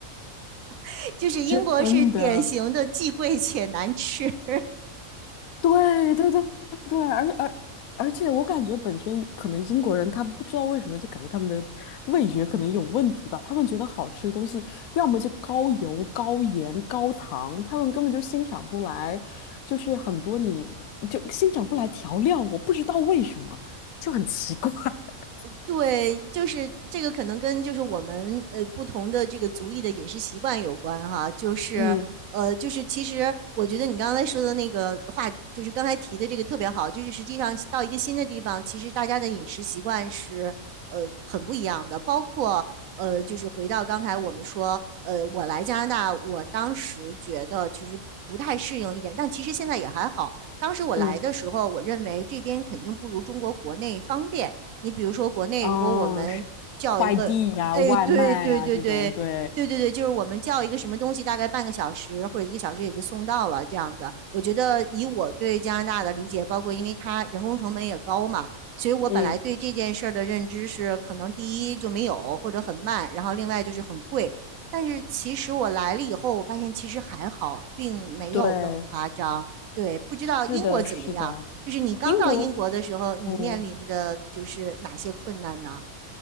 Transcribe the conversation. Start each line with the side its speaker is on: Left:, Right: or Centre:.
Right: <laughs> 就是英国是典型的既贵且难吃，
Left: <laughs> 真的。对对对对，而而而且我感觉本身可能英国人他不知道为什么就感觉他们的味觉可能有问题吧，他们觉得好吃的东西要么就高油、高盐、高糖，他们根本就欣赏不来，就是很多你就欣赏不来调料，我不知道为什么，就很奇怪。<laughs>
Right: 对，就是这个可能跟就是我们呃不同的这个族裔的饮食习惯有关哈，就是呃就是其实我觉得你刚才说的那个话，
Left: 嗯
Right: 就是刚才提的这个特别好，就是实际上到一个新的地方，其实大家的饮食习惯是呃很不一样的，包括呃就是回到刚才我们说，呃我来加拿大，我当时觉得其实。不太适应一点，但其实现在也还好。当时我来的时候，
Left: 嗯
Right: 我认为这边肯定不如中国国内方便，你比如说国内，
Left: 啊，
Right: 如果我们叫一个，
Left: 是快递呀、
Right: 哎，
Left: 外卖呀、
Right: 对对对对。
Left: 这种，对，
Right: 对对对，就是我们叫一个什么东西，大概半个小时或者一个小时也就送到了这样子。我觉得以我对加拿大的理解，包括因为它人工成本也高嘛，所以我本来对这件事儿的认知是，
Left: 嗯
Right: 可能第一就没有或者很慢，然后另外就是很贵。但是其实我来了以后，我发现其实还好，并没有那么夸张。
Left: 对，
Right: 对，不知道英国怎么样？
Left: 是的，是的，
Right: 就是你刚到英国的时候，
Left: 英国。
Right: 你面临的就是哪些困难呢？
Left: 嗯，